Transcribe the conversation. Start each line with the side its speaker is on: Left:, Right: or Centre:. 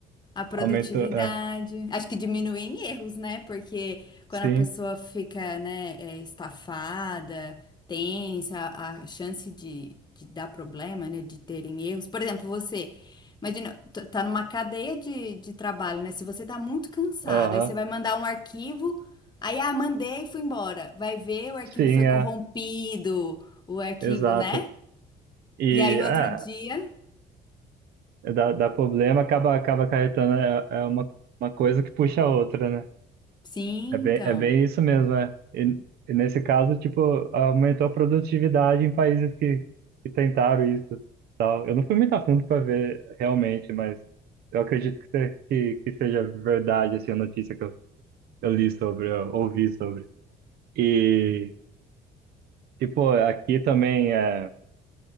Left: A produtividade.
Right: Aumentou, é,
Left: Acho que diminui em erros, né? Porque
Right: sim,
Left: quando a pessoa fica, né, é, estafada, tensa, a chance de, de dar problema, né? De terem erros. Por exemplo, você. Imagina, t- tá numa cadeia de, de trabalho, né? Se você tá muito cansado,
Right: aham,
Left: aí você vai mandar um arquivo, aí, ah, mandei e fui embora. Vai ver, o arquivo
Right: sim,
Left: foi
Right: é,
Left: corrompido, o arquivo,
Right: exato.
Left: né?
Right: E
Left: E aí, no
Right: é,
Left: outro dia,
Right: dá, dá problema, acaba, acaba acarretando, é, é uma, uma coisa que puxa a outra, né?
Left: sim,
Right: É bem,
Left: então,
Right: é bem isso mesmo, é. E, e nesse caso, tipo, aumentou a produtividade em países que, que tentaram isso, tal. Eu não fui muito a fundo para ver realmente, mas eu acredito que, se- que, que seja verdade, assim, a notícia que eu, eu li sobre, eu ouvi sobre. E, tipo, aqui também é.